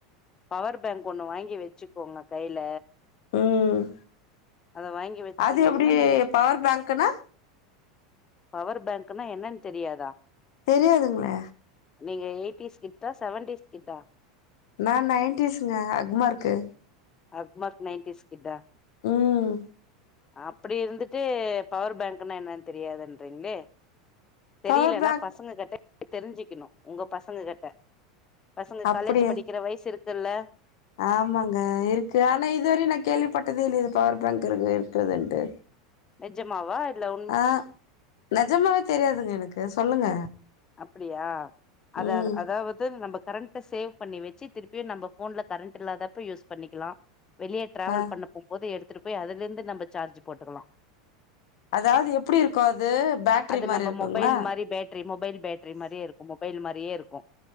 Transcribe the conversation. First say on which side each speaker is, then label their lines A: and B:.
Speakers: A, on the left; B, on the left.
A: பவர் பேங்க் ஒன்னு வாங்கி வெச்சுக்கோங்க கைல
B: ம்
A: அத வாங்கி வச்சுக்கினீங்கன்னா
B: அது எப்டி
A: நீங்க
B: பவர் பேங்க்னா
A: பவர் பேங்க்னா என்னன் தெரியாதா
B: தெரியாதுங்ளே
A: நீங்க எய்ட்டீஸ் கிட்டா செவன்டீஸ் கிட்டா
B: நா நைன்டிஸ்ங்க அக்மார்க்கு
A: அக்மார்க் நைன்ட்டீஸ் கிட்டா
B: ம்
A: அப்டி இருந்துட்டு பவர் பேங்க்ன்னா என்னன் தெரியாதுன்றீங்களே தெரியலன்னா
B: பவர் பேங்க்
A: பசங்க கிட்ட கேட்டு தெரிஞ்சிக்கணு உங்க பசங்க கிட்ட பசங்க
B: அப்டியா
A: காலேஜ் படிக்கற வயசு இருக்குல்ல
B: ஆமாங்க இருக்கு ஆனா இதுவரயு நா கேள்விப்பட்டதே இல்லயே இது பவர் பேங்க் இருக்கு இருக்குதுன்ட்டு
A: நெஜமாவா இல்ல உண்
B: ந நெஜமாவே தெரியாதுங்க எனக்கு சொல்லுங்க
A: அப்டியா அத
B: ம்
A: அதாவது நம்ப கரண்ட்ட சேவ் பண்ணி வெச்சு திருப்பியு நம்ப போன்ல கரண்ட் இல்லாதப்ப யூஸ் பண்ணிக்கலா வெளிய டிராவல்
B: ஆ
A: பண்ண போம்போது எடுத்துட்டு போய் அதுல இருந்து நம்ம சார்ஜ் போட்டுக்கலா
B: அதாவது எப்டி இருக்கு அது பேட்ரி
A: அது
B: மாரி
A: நம்ப
B: இருக்குங்களா
A: மொபைல் மாரி பேட்ரி மொபைல் பேட்ரி மாரியே இருக்கு மொபைல் மாரியே இருக்கு